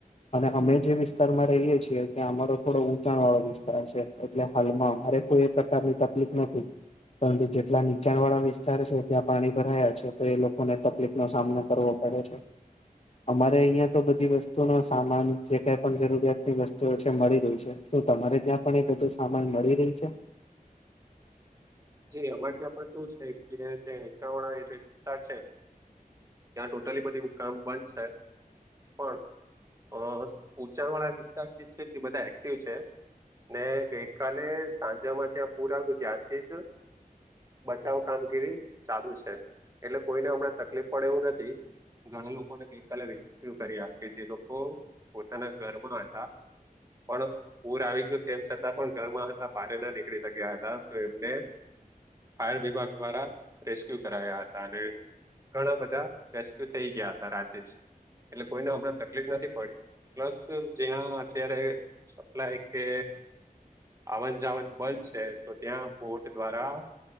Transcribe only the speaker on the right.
<unintelligible>
જી અમાથી આપે કેવું છે કે, જે હેટા વાળા એ વિસ્તાર છે. ત્યાં ટોટલી બધી કામ બંધ છે. પણ અ ઉચાણ વાળા વિસ્તાર જે છે. તે બધા એક્ટિવ છે. ને ગઈ કાલે સાંજે અમારે ત્યાં પૂર આવ્યું. ત્યારથી જ બચાવ કામગીરી ચાલુ છે. એટલે કોઈને હમણાં તકલીફ પડે એવું નથી. ઘણા લોકોને ગઈકાલે રેસ્ક્યુ કર્યા. કે જે લોકો પોતાના ઘરમાં હતા. પણ પૂર આવી ગયું, તેમ છતાં પણ ઘરમાં હતા. બારે ના નીકળી શક્યા હતા. તો એમને ફાયર વિભાગ દ્વારા રેસ્ક્યુ કરાયા હતા. અને ઘણા બધા રેસ્ક્યુ થઈ ગયા હતા રાતે જ. એટલે કોઈને હમણાં તકલીફ નથી પડી. પ્લસ. જ્યાં અત્યારે સપ્લાય કે, આવન-જાવન બંધ છે. તો ત્યાં બોટ દ્વારા